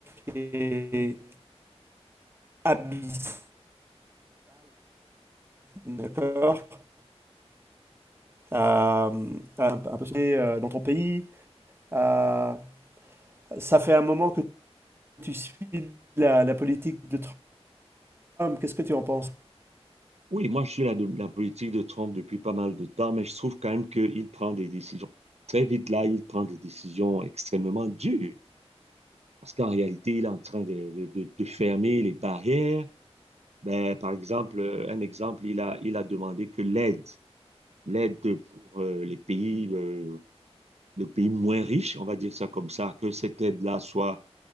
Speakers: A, on the right; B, on the right.
A: qui est abyssale, d'accord? Euh, un, un peu euh, dans ton pays. Euh, ça fait un moment que tu suis la, la politique de Trump. Qu'est-ce que tu en penses?
B: Oui, moi, je suis la, de la politique de Trump depuis pas mal de temps, mais je trouve quand même qu'il prend des décisions. Très vite, là, il prend des décisions extrêmement dures, parce qu'en réalité, il est en train de, de de- de fermer les barrières. Ben, par exemple, euh, un exemple, il a, il a demandé que l'aide l'aide pour euh, les pays, euh, les pays moins riches, on va dire ça comme ça, que cette aide-là soit